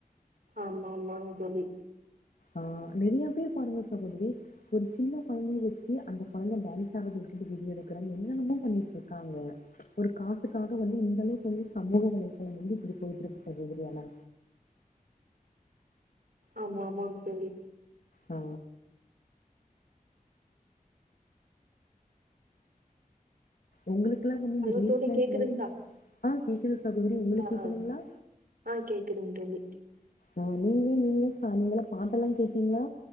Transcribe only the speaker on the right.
ஆமாமாங் தோழி
ஆமா ஆமாங் தோழி
ஹலோ
தோழி
கேக்குதுங்களா?
ஆ,
ஆ. ஆ கேக்குதுங்க தோழி.